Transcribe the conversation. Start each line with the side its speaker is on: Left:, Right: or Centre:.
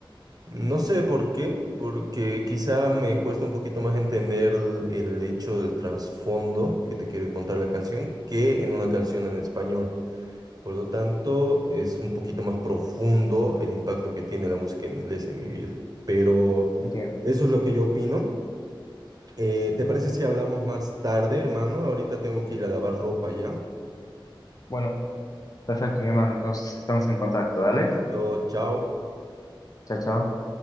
Right: No sé por qué, porque quizá me cuesta un poquito más entender el, el hecho del trasfondo que te quiere contar la canción que en una canción en español. Por lo tanto, es un poquito más profundo el impacto que tiene la música en inglés en mi vida. Pero
Left: entiendo.
Right: eso es lo que yo opino. Eh, ¿te parece si hablamos más tarde, hermano? Ahorita tengo que ir a lavar ropa ya.
Left: Bueno, perfecto, mi hermano. Entonces estamos en contacto, ¿dale?
Right: Listo, chao.
Left: Chao, chao.